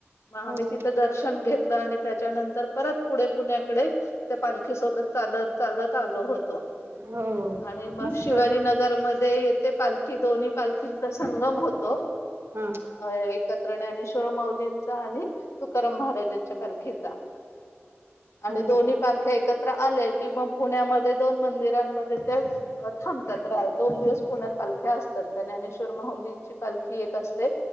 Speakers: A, on the left; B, on the right.
A: मग
B: हो
A: आम्ही तिथं दर्शन घेतलं आणि त्याच्यानंतर परत पुढे पुण्याकडे त्या पालखी सोबत चालत चालत आलो होतो.
B: हो
A: आणि मग
B: मस्त
A: शिवाजीनगर म येते पालखी दोन्ही पालखींचा संगम होतो.
B: हां
A: अ एक ज्ञानेश्वर माउलींचा आणि तुकाराम महाराजांच्या पालखीचा आणि
B: हां
A: दोन्ही पालख्या एकत्र आल्या की मग पुण्यामध्ये दोन मंदिरांमध्ये त्या थांबतात दोन दिवस पुण्यात पालख्या असतात त्या ज्ञानेश्वर माउलींची पालखी एक असते